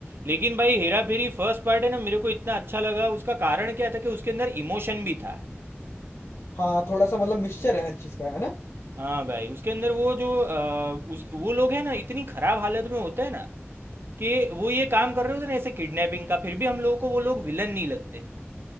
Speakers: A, on the right; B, on the left.
A: लेकिन भाई हेरा फेरी फर्स्ट पार्ट है ना मेरे को इतना अच्छा लगा उसका कारण क्या था कि उसके अंदर इमोशन भी था
B: हाँ थोड़ा सा मतलब मिक्सचर है हर चीज का है ना
A: हाँ भाई उसके अंदर वो जो अ, उस वो लोग हैं ना इतनी खराब हालत में होते हैं ना कि वो ये काम कर रहे होते हैं ना ऐसे किडनैपिंग का फिर भी हम लोगों को वो लोग विलन नहीं लगते